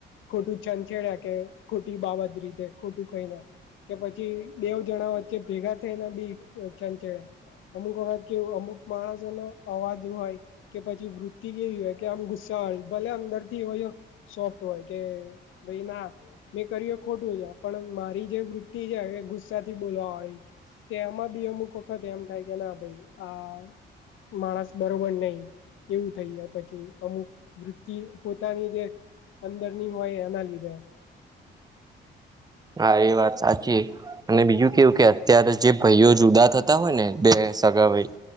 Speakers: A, on the left; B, on the right.
A: ખોટું છંછેડ્યા કે ખોટી બાબત રીતે ખોટું કઈ ના. કે પછી બેવ જણા વચ્ચે ભેગા થઈને બી છંચેડા. અમુક વખત કેવું અમુક માણસોનો અવાજ હોય કે પછી વૃ કેવી હોય કે આમ ગુસ્સાળી ભલે અંદર થી હોય સોફ્ટ હોય કે ભાઈ ના મેં કર ખોટું છે પણ મારી જે વૃત્તિ છે. થી બોલવા વાળી, તેમાં બી અમુક વખત એમ થાય કે ના ભાઈ આ માણસ બરોબર નહી, એવું થઈ જાય પછી. અમુક વૃતિ પોતાની જે અંદરની હોય એના લીધે.
B: હા એ વાત સાચી અને બીજું કેવું કે અત્યારે જે ભાઈઓ જુદા થતા હોય ને બે સગા ભાઈ,